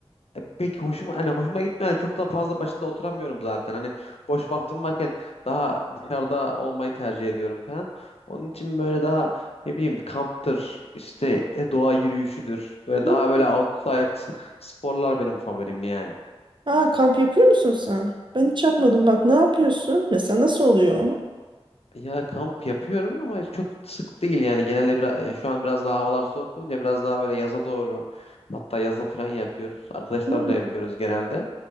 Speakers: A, on the left; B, on the right.
A: e, pek hoşuma hani hoşuma gitmiyor. Yani çok da fazla başında oturamıyorum zaten. Hani boş vaktim varken daha dışarıda olmayı tercih ediyorum falan. Onun için böyle daha ne bileyim kamptır işte e, doğa yürüyüşüdür. Böyle
B: Hmm.
A: daha böyle outside sporlar benim favorim yani.
B: Aa, kamp yapıyor musun sen? Ben hiç yapmadım bak ne yapıyorsun? Mesela nasıl oluyor? o?
A: Ya kamp yapıyorum ama çok sık değil yani genelde biraz ya şu an biraz daha havalar soğuk olunca biraz daha böyle yaza doğru hatta yazın falan yapıyoruz. Arkadaşlarla
B: Hmm,
A: yapıyoruz genelde.